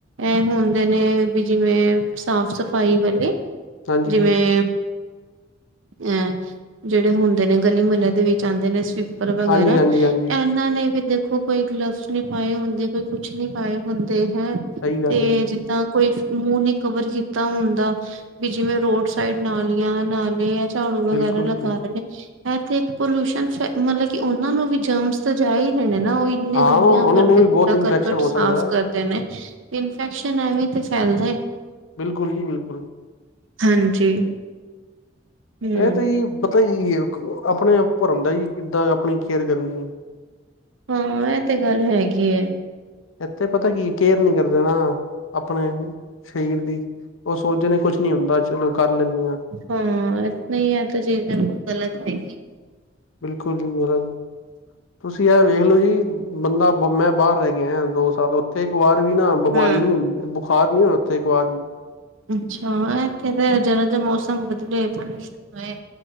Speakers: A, on the right (about 75°); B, on the left (about 85°).
A: ਐ ਹੁੰਦੇ ਨੇ ਵੀ ਜਿਵੇਂ ਸਾਫ ਸਫ ਫਾਈ ਵਾਲੇ
B: ਹਾਂਜੀ
A: ਜਿਵੇਂ
B: ਹਾਂਜੀ
A: ਅ ਜੇੜੇ ਹੁੰਦੇ ਨੇ ਗਲੀ ਮੱਲੇ ਦੇ ਵਿੱਚ ਆਂਦੇ ਨੇ ਸਵੀ ਪਰ ਵਗੈਰਾ
B: ਹਾਂਜੀ ਹਾਂਜੀ ਹਾਂਜੀ
A: ਏਨਾਂ ਨੇ ਵੀ ਦਖ ਖੋ ਕੋਈ ਗਲਵਸ ਨਈ ਪਾਏ ਹੁੰਦੇ ਕੋਈ ਕੁਛ ਨੀ ਪਾਏ ਹੁੰਦੇ ਹੈਂ
B: ਸਹੀ ਗੱਲ
A: ਤੇ
B: ਹੈ ਜੀ
A: ਜਿੱਦਾਂ ਕੋਈ ਮੂੰਹ ਨੀ ਕਵਰ ਕੀਤਾ ਹੁੰਦਾ ਵੀ ਜਿਵੇਂ ਰੋਡ ਸਾਈਡ ਨਾਲੀਆਂ, ਨਾਲੇ ਝਾੜੂ ਵਗੈਰਾ
B: ਬਿਲਕੁਲ
A: ਲਗਾ
B: ਜੀ
A: ਰੇ ਨੇ। ਹੈ ਤੇ ਇੱਕ ਪੋਲਿਊਸ਼ਨ ਫੇ ਮਲਬ ਕਿ ਓਨਾਂ ਨੂੰ ਵੀ ਜਮਸ ਤੇ ਜਾ ਈ ਰਏ ਨੇ ਨਾ ਓਈ। ਏਨੇ
B: ਹਾਂ
A: ਦੁਨੀਆਂ
B: ਉਹਨਾਂ
A: ਭਰ
B: ਨੂੰ
A: ਦੇ
B: ਵੀ
A: ਕੂੜਾ
B: ਬਹੁਤ ਇਨਫੈਕਸ਼ਨ
A: ਕਰਕਟ
B: ਹੋ
A: ਸਾਫ਼
B: ਸਕਦਾ
A: ਕਰਦੇ
B: ਹੈ
A: ਨੇ ਇਨਫੈਕਸ਼ਨ ਐਵੇਂ ਈ ਤੇ ਫੈਲਦੈ।
B: ਬਿਲਕੁਲ ਜੀ ਬਿਲਕੁਲ।
A: ਹਾਂਜੀ ਹਮ
B: ਐ ਤਾ ਜੀ ਪਤਾ ਕੀ ਏ ਆਪਨੇ ਆਪ ਭਰਨ ਦਾ ਜੀ ਕਿੱਦਾਂ ਆਪਣੀ ਕੇਅਰ ਕਰਨੀ ਐ
A: ਹਾਂ ਐ ਤੇ ਗੱਲ ਹੈਗੀ ਐ।
B: ਏਥੇ ਪਤਾ ਕੀ ਕੇਅਰ ਨੀ ਕਰਦੇ ਨਾ ਆਪਣੇ ਸਰੀਰ ਦੀ। ਓ ਸੋਚਦੇ ਨੇ ਕੁਛ ਨੀ ਹੁੰਦਾ ਚਲੋ ਕਰ ਲੈਨੇ ਆਂ।
A: ਹੁੰ ਨਈ ਐ ਤੇ ਚੀਜ਼ ਗ਼ਲਤ ਹੈਗੀ ਐ।
B: ਬਿਲਕੁਲ ਜੀ ਗਲਤ ਤੁਸੀ ਐ ਵੇਖਲੋ ਜੀ ਬੰਦਾ ਮੈ ਬਾਰ ਰੈ ਕੇ ਆਏਆਂ ਦੋ ਸਾਲ ਓਥੇ ਇੱਕ ਵਾਰ ਵੀ ਨਾ ਬਿਮਾਰੀ
A: ਹਾਂ।
B: ਨੀ ਹੋਈ ਬੁਖਾਰ ਨੀ ਹੋਇਆ ਓਥੇ ਇੱਕ ਵਾਰ ਵੀ।
A: ਅੱਛਾ ਐ ਏਥੇ ਤੇ ਜਰਾ ਜੇ ਮੌਸਮ ਬਦਲੇ ਤੇ ਕੁਛ ਹੋਏ।